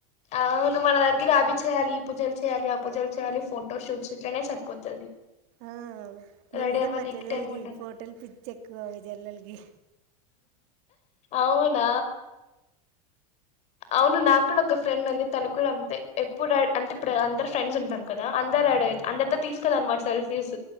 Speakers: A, on the left; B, on the right.
A: అవును మన దగ్గర అవి చేయాలి ఈ పూజలు చేయాలి ఆ పూజలు చేయాలి ఫోటో షూట్స్ ఇట్లనే సరిపోతది
B: ఆ ముందే
A: రెడీ అవ్వనీకి
B: మా చెల్లెలకి
A: టైం ఉండదు
B: ఫోటలు పిచ్చి ఎక్కువవి చెల్లలకి
A: అవునా అవును నాకు కూడా ఒక ఫ్రెండ్ ఉంది తన కూడా అంతే ఎప్పుడు అంటే ఇప్పుడు అందరు ఫ్రెండ్స్ ఉంటాం కదా అందరు రెడి అయితారు అందరితో తీసుకోదు అన్నమాట సెల్ఫీస్